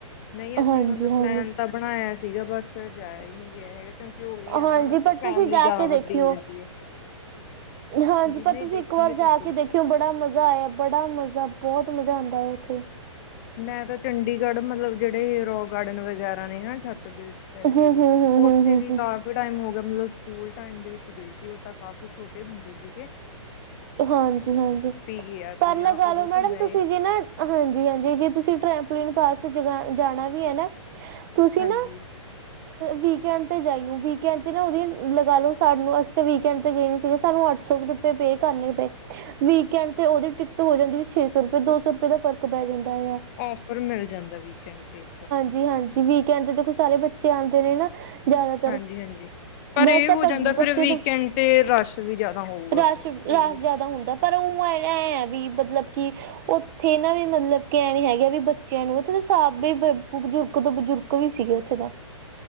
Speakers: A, on the left; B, on the right.
A: ਨਹੀਂ ਅਸੀਂ
B: ਹਾਂਜੀ
A: ਮਤਲਬ
B: ਹਾਂਜੀ
A: ਪਲੈਨ ਤਾਂ ਬਣਾਇਆ ਸੀਗਾ ਬਸ ਫਿਰ ਜਾਇਆ ਹੀ ਨਹੀਂ ਹੈਗਾ ਕਿਉਂਕਿ ਉਹੀ ਹੈ
B: ਹਾਂਜੀ
A: ਨਾ ਹਨਾ
B: ਪਰ
A: ਫਿਰ ਫੈਮਲੀ
B: ਤੁਸੀਂ ਜਾ
A: ਜ਼ਿਆਦਾ
B: ਕੇ
A: ਵੱਡੀ
B: ਦੇਖਿਓ
A: ਹੋ ਜਾਂਦੀ ਹੈ।
B: ਹਾਂਜੀ
A: ਨਹੀਂ
B: ਪਰ ਤੁਸੀਂ
A: ਦੇਖਾਂਗੇ
B: ਇੱਕ ਵਾਰ
A: ਤਾਂ
B: ਜਾ
A: ਸਹੀ
B: ਕੇ ਦੇਖ ਕਿਉਂ ਬੜਾ ਮਜ਼ਾ ਆਇਆ ਬੜਾ ਮਜ਼ਾ ਬਹੁਤ ਮਜ਼ਾ ਆਉਂਦਾ ਆ ਉੱਥੇ
A: ਮੈਂ ਤਾਂ ਚੰਡੀਗੜ੍ਹ ਮਤਲਬ ਜਿਹੜੇ ਰੋਕ ਗਾਰਡਨ ਵਗੈਰਾ ਨੇ ਹਨ ਛ ਬ
B: ਹੂੰ
A: ਇਹ
B: ਹੂੰ ਹੂੰ
A: ਉੱਥੇ
B: ਹੂੰ ਹੂੰ
A: ਵੀ
B: ਹੂੰ
A: ਬੜਾ ਟਾਈਮ ਹੋ ਗਿਆ ਮਤਲਬ ਸਕੂਲ ਟਾਈਮ ਦੇ ਵਿੱਚ ਗਈ ਸੀ ਉਹ ਤਾਂ ਕਾਫੀ ਛੋਟੇ ਹੁੰਦੇ ਸੀਗੇ ਕ
B: ਹਾਂਜੀ ਹਾਂਜੀ
A: ਗਿਆ ਸੀਗਾ
B: ਪਰ ਲਗਾ
A: ਉਦੋਂ
B: ਲੋ ਮੈਡਮ
A: ਘੁੰਮਿਆ
B: ਤੁਸੀਂ
A: ਏ
B: ਜੇ ਨਾ ਹਾਂਜੀ ਹਾਂਜੀ ਜੇ ਤੁਸੀਂ ਟ੍ਰੈਂਪਲੀਨ ਪਾਰਕ ਜ ਜਾਣਾ ਵੀ ਹੈ ਨਾ ਤੁਸੀਂ
A: ਹਾਂਜੀ
B: ਨਾ ਵੀਕਐਂਡ ਤੇ ਜਾਈ ਵੀਕਐਂਡ ਤੇ ਨਾ ਉਹਦੀ ਲਗਾ ਲਓ, ਸਾਨੂੰ ਅਸੀਂ ਤਾਂ ਵੀਕਐਂਡ ਤੇ ਗਏ ਨੀ ਸੀਗੇ ਸਾਨੂੰ ਅੱ। ਸੋ ਡੱਬੇ ਬੇਕ ਕਰਨੇ ਪਏ ਵੀਕਐਂਡ ਤੇ ਉਹਦੀ ਟਿਕਟ ਹੋ ਜਾਂਦੀ ਸੀ ਛੇ ਸੌ ਰੁਪਏ ਦੋ ਸੌ ਰੁਪਏ ਦਾ ਫ਼ਰਕ ਪੈ ਜਾਂਦਾ ਆ।
A: ਔਫਰ ਮਿਲ ਜਾਂਦਾ ਵੀਕਐਂਡ ਦੇ ਉੱਪਰ
B: ਜੀ ਹਾਂਜੀ ਵੀਕਐਂਡ ਦੇ ਕੁ ਸਾਰੇ ਬੱਚੇ ਆਉਂਦੇ ਨੇ ਨਾ ਜ਼ਿਆਦਾਤਰ
A: ਹਾਂਜੀ ਹਾਂਜੀ ਪਰ
B: ਵੈਸੇ
A: ਇਹ ਹੋ
B: ਤਾਂ
A: ਜਾਂਦਾ ਫਿਰ
B: ਬੱਚੇ
A: ਵੀਕਐਂਡ
B: ਤਾਂ
A: ਤੇ ਰਸ਼ ਵੀ ਜਿਆਦਾ ਹੋਊਗਾ
B: ਰਸ਼
A: ਫਿਰ
B: ਰਸ਼
A: ਇਹ ਵੀ ਹੂੰ
B: ਜ਼ਿਆਦਾ ਹੁੰਦਾ ਪਰ ਉਹ ਐਂ ਹੈ ਵੀ ਮਤਲਬ ਕਿ ਉੱਥੇ ਨਾ ਵੀ ਮਤਲਬ ਕਿ ਨੀ ਹੈਗੇ ਵੀ ਬੱਚਿਆਂ ਨੂੰ ਇੱਥੇ ਸਭ ਬਜ਼ੁਰਗ ਤੋਂ ਬਜ਼ੁਰਗ ਵੀ ਸੀਗੇ ਉੱਥੇ ਦਾ